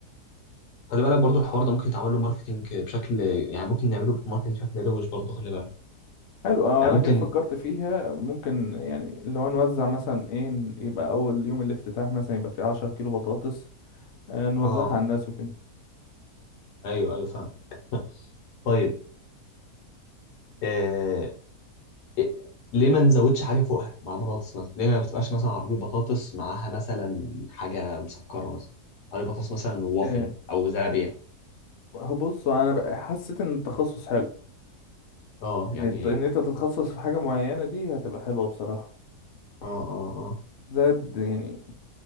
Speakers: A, on the left; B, on the left.
A: خلي بالك برضو الحوار ده ممكن يتعمل له ماركتنج بشكل يعني ممكن نعمله بماركتنج بشكل روش برضو خلي بالك
B: حلو آه،
A: يعني
B: انا
A: ممكن
B: كيف فكرت فيها ممكن يعني لو نوزع مثلا ايه يبقى اول يوم الافتتاح مثلا يبقى فيه 10 كيلو بطاطس آه، نوزعها
A: اه
B: على الناس وكده
A: ايوه ايوه فاهم طيب آه، إيه، ليه ما نزودش حاجه فوقها مع بطاطس مثلا ليه ما بتبقاش مثلا عربيه بطاطس معاها مثلا حاجه مسكره مثلا عربيه بطاطس مثلا ووافل
B: آه،
A: او زلابيه
B: هو بص انا بقى حسيت ان التخصص حلو
A: اه
B: يعني
A: يعني
B: الت- ان انت تتخصص في حاجه معينه دي هتبقى حلوه بصراحه
A: اه اه اه
B: زائد يعني